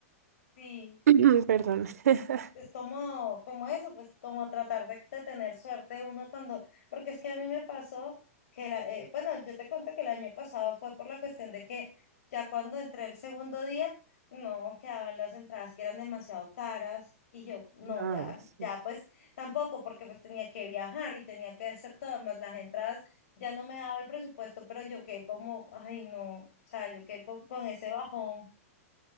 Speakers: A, on the left; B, on the right.
A: sí.
B: <clears throat> Perdón. <laughs>
A: es como, como eso, pues como tratar de, de tener suerte uno cuando, porque es que a mí me pasó que, la, eh, bueno, yo te conté que el año pasado fue por la cuestión de que ya cuando entré el segundo día, no quedaban las entradas que eran demasiado caras y yo, no,
B: Ay,
A: ya,
B: sí.
A: ya pues tampoco, porque pues tenía que viajar y tenía que hacer todo, más las entradas ya no me daba el presupuesto, pero yo quedé como, ay no, o sea, yo quedé con, con ese bajón